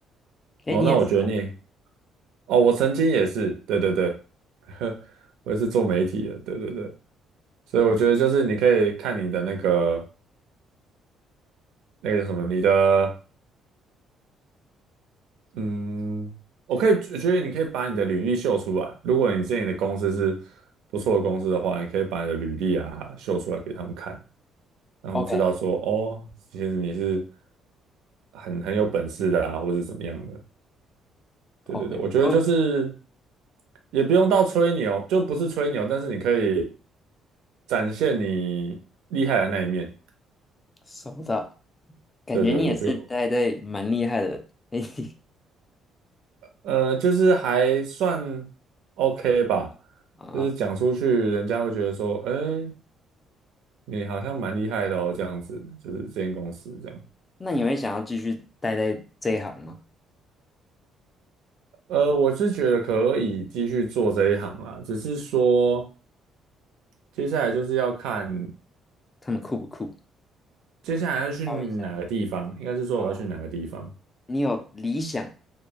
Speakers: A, on the left (about 15°); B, on the right (about 80°).
A: 哎你也是
B: 哦，那我觉得你，哦，我曾经也是，对对对，<laughs> 我也是做媒体的，对对对，所以我觉得就是你可以看你的那个那个什么，你的。嗯，我可以，我觉得你可以把你的履历秀出来。如果你之前的公司是不错的公司的话，你可以把你的履历啊秀出来给他们看，让他们知道说，
A: ，OK
B: 哦，其实你是很很有本事的啦，或是怎么样的。
A: OK，
B: 对对对，我觉得就是
A: 没问题，
B: 也不用到吹牛，就不是吹牛，但是你可以展现你厉害的那一面。
A: 收到。感觉你也是待在蛮厉害的媒体
B: 对对，我就呃，就是还算 OK 吧，
A: <laughs> 啊，
B: 就是讲出去，人家会觉得说，哎。你好像蛮厉害的哦，这样子，就是这间公司这样。
A: 那你会想要继续待在这一行吗？
B: 呃，我是觉得可以继续做这一行啦，只是说接下来就是要看
A: 他们酷不酷？
B: 接下来要去哪个地方，
A: 再挑一下
B: 应该是说我要去哪个地方。
A: 啊，你有理想